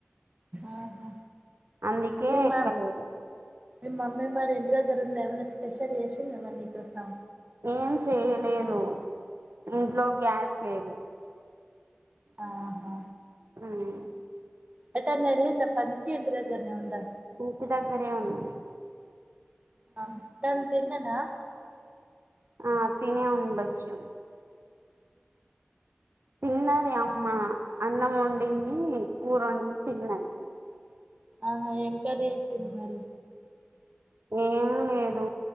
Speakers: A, on the right; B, on the right.
A: ఆహా
B: అందుకే
A: నేను మా
B: ఎక్కలేదు
A: మీ మమ్మీ మరి ఇంటి దగ్గర ఉంది ఏమైన స్పెషల్ చేసిందా మరి నీకోసం
B: ఏం చేయలేదు ఇంట్లో గ్యాస్ లేదు
A: ఆహా
B: మ్మ్
A: ఎటన్న వెళ్ళిందా పనికిి ఇంటి దగ్గరనే ఉందా
B: ఇంటి దగ్గరే ఉంది
A: ఆ తను తిన్నదా
B: ఆ తిని ఉండచ్చు తిన్నది అమ్మ అన్నం వండింది కూర వండింది తిన్నది
A: ఆహా ఏం కర్రీ చేసిండ్రు మరి
B: ఏం లేదు